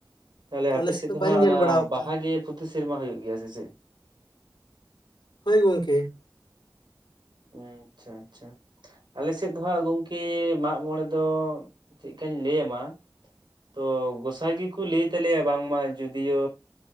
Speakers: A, on the right; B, on the left.
A: ᱛᱟᱦᱚᱞᱮ
B: ᱟᱞᱮ
A: ᱟᱯᱮ ᱥᱮᱫ ᱫᱚ
B: ᱵᱟᱹᱧ
A: ᱦᱟᱸᱜ
B: ᱧᱮᱞ
A: ᱚᱱᱟ
B: ᱵᱟᱲᱟ ᱟᱠᱟᱜᱼᱟ
A: ᱵᱟᱦᱟ ᱜᱮ ᱯᱚᱛᱤ ᱥᱮᱨᱢᱟ ᱦᱩᱭᱩᱜ ᱜᱮᱭᱟ ᱥᱮ ᱪᱮᱫ?
B: ᱦᱳᱭ ᱜᱚᱝᱠᱮ᱾
A: ᱟᱪᱪᱷᱟ ᱟᱪᱪᱷᱟ ᱟᱞᱮ ᱥᱮᱫ ᱫᱚ ᱦᱟᱸᱜ ᱜᱚᱝᱠᱮ ᱢᱟᱜ ᱢᱚᱬᱮ ᱫᱚ ᱪᱮᱫᱠᱟᱧ ᱞᱟᱹᱭᱟᱢᱟ ᱛᱚ ᱜᱚᱸᱥᱟᱭ ᱜᱮᱠᱚ ᱞᱟᱹᱭ ᱛᱟᱞᱮᱭᱟ ᱵᱟᱝᱢᱟ ᱡᱳᱫᱤᱭᱳ